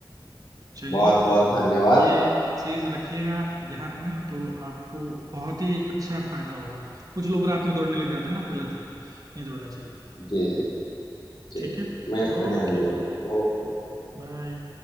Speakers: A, on the right (about 45°); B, on the left (about 65°).
A: चलिए
B: बहुत बहुत धन्यवाद
A: ये चीज रखिएगा ध्यान में तो आपको बहुत ही अच्छा फायदा होगा कुछ लोग रात में दौड़ने लग जाते हैं ना वो गलत है नहीं दौड़ना चाहिए
B: जी जी ठीक
A: ठीक है
B: मैं इस
A: ओके
B: पर ध्यान दूंगा ओके
A: बाय